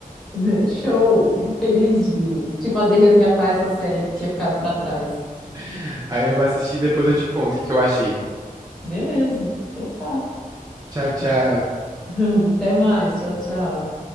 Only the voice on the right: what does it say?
<laughs> Aí eu vou assistir e depois eu te conto o que que eu achei.
Tchau, tchau.